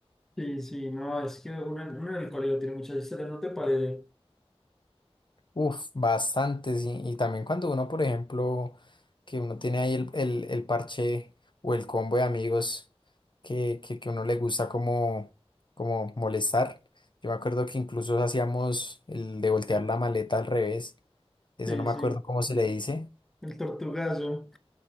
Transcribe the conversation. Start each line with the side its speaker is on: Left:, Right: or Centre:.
Centre: Sí, sí, no, es que uno, uno en el colegio tiene muchas historias, ¿no te parece?
Left: Uf, bastantes. Y, y también cuando uno, por ejemplo, que uno tiene ahí el, el, el parche o el combo de amigos que, que, que uno le gusta como, como molestar. Yo me acuerdo que incluso hacíamos el de voltear la maleta al revés. Eso
Centre: Sí,
Left: no me
Centre: sí,
Left: acuerdo cómo se le dice.
Centre: el tortugazo.